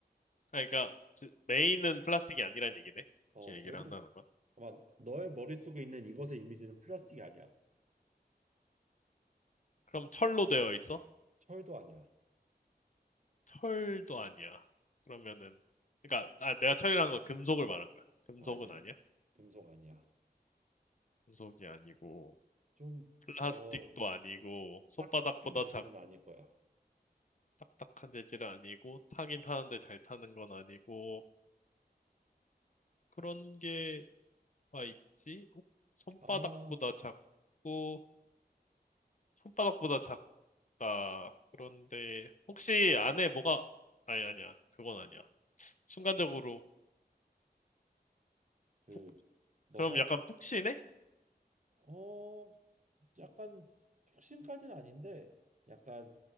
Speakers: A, on the left; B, on the right.
A: 그러니까 지- 메인은 플라스틱이 아니란 얘기네.
B: 어,
A: 이렇게
B: 대부분
A: 얘기를 한다는 건.
B: 아마 너의 머릿속에 있는 이것의 이미지는 플라스틱이 아니야.
A: 그럼 철로 되어 있어?
B: 철도 아니야.
A: 철도 아니야. 그러면은, 그러니까 아, 내가 철이란 건 금속을 말한 거야. 금속은
B: 아니야.
A: 아니야?
B: 금속 아니야.
A: 금속이 아니고
B: 좀
A: 플라스틱도
B: 어,
A: 아니고 손바닥보다
B: 딱딱한 재질은
A: 작,
B: 아닐 거야.
A: 딱딱한 재질은 아니고 타긴 타는데 잘 타는 건 아니고 그런 게가 있지? 어? 손바닥보다
B: 아마
A: 작고 손바닥보다 작다. 그런데 혹시 안에 뭐가 아니 아니야. 그건 아니야. 순간적으로
B: 그
A: 푹-
B: 너가
A: 그럼 약간 푹신해?
B: 어 약간 푹신까지는 아닌데 약간